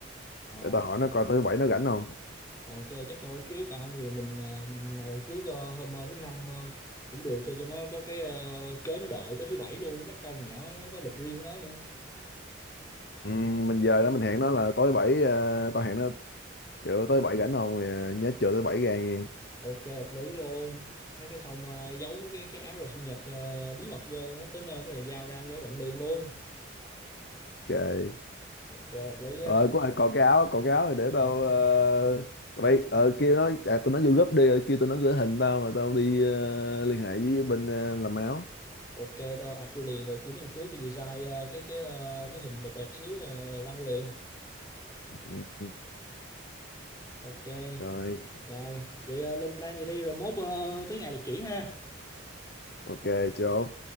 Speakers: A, on the left; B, on the left.
A: ờ,
B: để tao hỏi nó coi tối thứ bảy nó rảnh không
A: ok chắc phải hồi trước còn không thì mình ờ, mình ngồi trước ờ, hôm ờ, thứ năm ờ, cũng được cho cho nó có cái ờ, cớ nó đợi tới thứ bảy luôn chứ mất công nhỏ nó có lịch riêng của nó nữa
B: ừ, mình dời đó mình hẹn nó là tối thứ bảy ờ, tao hẹn nó kiểu tối thứ bảy rảnh không Ờ, nhớ chờ thứ bảy ra nghe
A: ok hợp lý luôn nó cái xong ờ, giấu cái cái áo quà sinh nhật ờ, bí mật vô nó tới nơi cái này giao ra giấu bận liền luôn
B: ok
A: ok hợp lý á
B: ờ có còn cái áo còn cái áo thì để tao ờ, tụi bay ờ kêu nó à, tụi nó vô group đi rồi kêu tụi nó gửi hình tao rồi tao đi ờ, liên hệ với bên ờ, làm áo
A: ok tao ạch vô liền rồi kiểu miếng khứa cái design ờ, cái cái ờ, cái hình đẹp đẹp xíu uh, quăng vô liền
B: ừ, ừ,
A: ok
B: rồi
A: rồi vậy ờ, lên plan gì đi rồi mốt ờ, tới ngày là chuyển ha
B: ok chốt